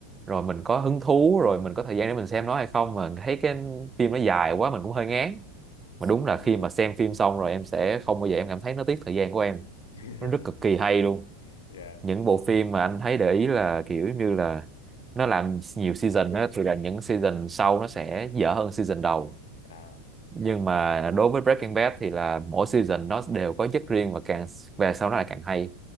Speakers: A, on the right (about 20°); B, on the left (about 70°).
A: rồi mình có hứng thú rồi mình có thời gian để mình xem nó hay không mà thấy cái phim nó dài quá mình cũng hơi ngán mà đúng là
B: yeah
A: khi mà xem phim xong rồi em sẽ không bao giờ em cảm thấy nó tiếc thời gian của em
B: <laughs>
A: nó rất cực kỳ hay luôn
B: yeah
A: những bộ phim mà anh thấy để ý là kiểu như là nó làm nhiều season á thì là những season sau nó sẽ dở hơn season đầu
B: À,
A: nhưng mà đối với Breaking Bad thì là mỗi season nó đều có chất riêng và càng về sau nó lại càng hay